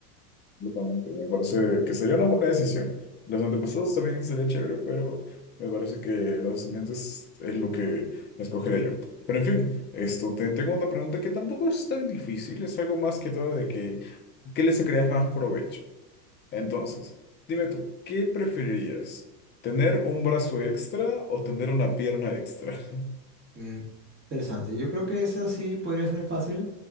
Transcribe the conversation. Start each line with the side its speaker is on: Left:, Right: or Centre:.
Left: Absolutamente, me parece que sería una buena decisión. Los antepasados también sería chévere, pero me parece que los descendientes es lo que escogeré yo. Pero en fin, esto, te, tengo otra pregunta que tampoco es tan difícil, es algo más que todo de que, ¿qué le sacarías más provecho? Entonces, dime tú, ¿qué preferirías? ¿Tener un brazo extra o tener una pierna extra? <laughs>
Right: Mm, interesante. Yo creo que esa sí podría ser fácil.